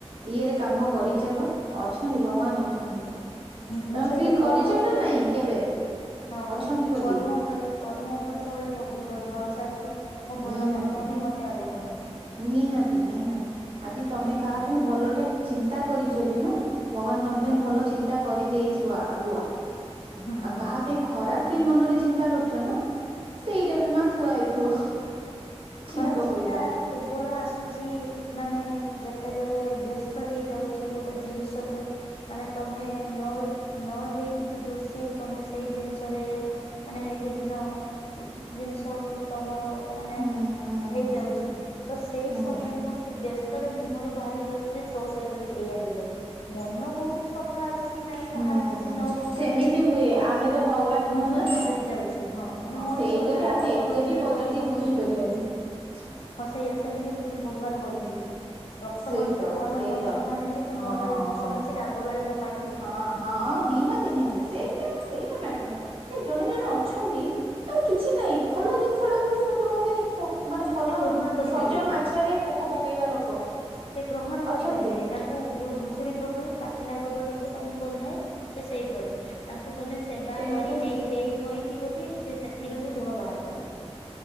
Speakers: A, on the right; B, on the left.
A: ଇଏରେ କାମ କରିଚାଲ ଅଛନ୍ତି ଭଗବାନ ଅଛନ୍ତି।
B: ହୁଁ ମୁଁ
A: ତମେ
B: ସେଇଟା
A: ଫିଲ୍
B: କର୍ମ
A: କରିଛ
B: ଉପରେ
A: ନା ନାଇଁ କେବେ?
B: ହଁ ମୁଁ
A: ଅଛନ୍ତି ବୋଲି
B: କର୍ମ ଉପରେ କର୍ମ ଉପରେ ସବୁବେଳେଭ ଭ ଭରସା ରଖେ। ମୋ ଭଲ
A: ନିହାତି
B: କର୍ମ ହିଁ ମତେ ଆଗକୁ ନବ
A: ନିହାତି ନିହାତି। ଆଜି ତମେ
B: ହୁଁ।
A: କାହା ପାଇଁ ଭଲଟା ଚିନ୍ତା କରିଛ ବି ନା ଭଗବାନ ତମ
B: ହୁଁ
A: ପାଇଁ ଭଲ ଚିନ୍ତା କରିଦେଇଥିବ ଆଗୁଆ
B: ହୁଁ ହୁଁ
A: ଆଉ
B: ହୁଁ।
A: କାହା ପାଇଁ ଖରାପ ବି ମନରେ ଚିନ୍ତା କରୁଛ ନା ସେଇଟା ବି ମା ଥୁଆ ହେଇଥିବ। ଛିଙ୍କ
B: ଖରାପ ଚିନ୍ତା
A: ପଇଲା
B: କେ ବଳ ଆସୁଛି ମାନେ ଯେତେବେଳେ ବ୍ୟସ୍ତ ହେଇଯାଉଛି ଗୋଟେ ଜିନିଷକୁ ମାନେ ତମେ ନ ନ ହେଇକି ବି ଦୋଷୀ। ତମେ ସେଇ ଜିନିଷରେ ମାନେ ନିତି ଦିନ ଜିନିଷକୁ ତମର ମାନେ
A: ହୁଁ ହୁଁ
B: ହେଇଯାଉଛି।
A: ହୁଁ ହୁଁ
B: ତ ସେଇ
A: ହୁଁ
B: ସମୟରେ କଣ କି ବ୍ୟସ୍ତରେ ମୁହଁରୁ ବାହାରି ଯାଉଛି। ଯେ ତୋ ସହିତ ବି ଏଇଆ ହେଇଯାଉ। ମନ ବହୁତ ସ ଫା ଅଛି କି ନାଇଁ
A: ହୁଁ
B: କାହାର କିଛି
A: ହୁଁ
B: ନ ହଉ
A: ସେମିତି
B: ସେ
A: ହୁଏ ଆମେ ତ ଭଗବାନ ନୁହଁ
B: ମୁହଁରୁ
A: ନା
B: ବାହାରି ଯାଉଛି। ହଁ ମାନେ ମଣିଷ
A: ସେଇଟା
B: ନା
A: ବି ଆମେ
B: ରକ୍ତ
A: ଏତେ
B: ମାଂସରେ
A: ବି ପଜିଟିଭ
B: ଗଢ଼ା ସମସ୍ତଙ୍କର
A: ହେଇପାରିବାନି। <inaudible>
B: ସେଇଆ ସେମିତି ହେଲେ ତ ମୁଁ ଭଗବାନ ବନଯିବି। ରକ୍ତ
A: ସେଇ
B: ମାଂସରେ
A: ତ
B: ଗଢା
A: ସେଇ
B: ମଣିଷ
A: ତ
B: ମାନେ ବି ତ
A: ହଁ
B: ମୋର ଇମୋସନ
A: ହଁ
B: ଅଛି। ରାଗ ବେଳେ, ମୋ ପାଠ
A: ହଁ, ହଁ। ନିହାତି ନିହାତି ସେଇଟା ସେଇଟା ମ୍ୟାଟର ନୁହଁ ଜଣେ ଜଣେ ଥାନ୍ତି କିଛି ନାଇଁ ଭଲ ଜିନିଷ ଟାକୁ ବି ସେ ଯୋଉ କୁହନ୍ତିନି ମାନେ ଭଲ
B: ସେ ଗ୍ରହଣ କରିପାରିବେନି
A: ସଜା ମାଛରେ ପୋକ ପକେଇବା ଲୋକ।
B: ସେ ଗ୍ରହଣ କରିପାରିବେନି।
A: ଅଛନ୍ତି।
B: ତାଙ୍କୁ ଯୋଉ ଘୁଷୁରୀ ପ୍ରକୁଟି ପା କଦଳୀକୁ ତାଙ୍କୁ ଗନ୍ଧାଏ। ସେ ସେଇଭଳି ତାଙ୍କୁ ତମେ ସେବା
A: ତେଣୁକରି
B: କରି ନେଇ ଦେଇ ଥୋଇଥିବ ବି ସେ ଏଥିରୁ ବି ଗୁଣ ବାହାର କରିବି।